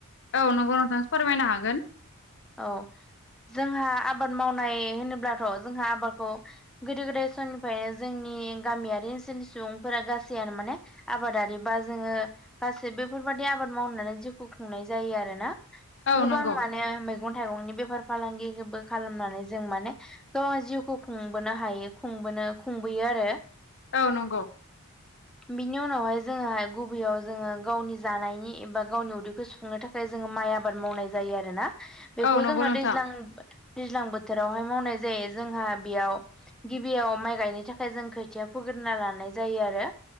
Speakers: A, on the left (about 55°); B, in the centre.
A: औ नंगौ नोंथांसो फोरमायनो हागोन।
B: औ जोंहा आबाद मावनाय होनोब्लाथ' जोंहा आबादखौ गोदो गोदाय समनिफ्रायनो जोंनि गामियारि ओनसोलनि सुबुंफोरा गासैयानो माने आबादारि बा जोङो गासै बेफोरबाददि आबाद मावनानै जिउखौ खुंनाय जायो आरो ना।
A: औ
B: गोबां
A: नंगौ
B: माने मैगं थाइगंनि बेफार फालांगिबो खालामनानै जों माने गाव गावनि जिउखौ खुंबोनो हायो खुंबोनो खुंबोयो आरो
A: औ नंगौ।
B: बिनि उनावहाय जोङोहाय गुबैयाव जोङो गावनि जानायनि एबा गावनि उदैखौ सुफुंनो थाखाय जोङो माइ आबाद मावनाय जायो आरो ना। बेखौ
A: औ नंगौ
B: जोङो
A: नोंथां
B: दैज्लां दैज्लां बोथोरावहाय मावनाय जायो जोंहा बेयाव गिबियाव माइ गायनो थाखाय जों खोथिया फुोग्रना लानाय जायो आरो